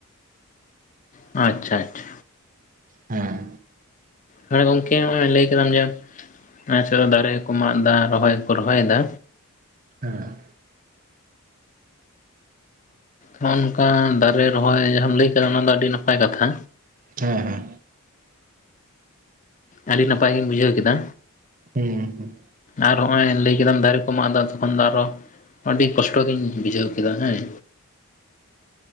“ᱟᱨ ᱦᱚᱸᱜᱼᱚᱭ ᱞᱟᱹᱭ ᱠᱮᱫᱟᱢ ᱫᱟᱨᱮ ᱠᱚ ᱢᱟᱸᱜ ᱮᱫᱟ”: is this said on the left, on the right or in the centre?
Left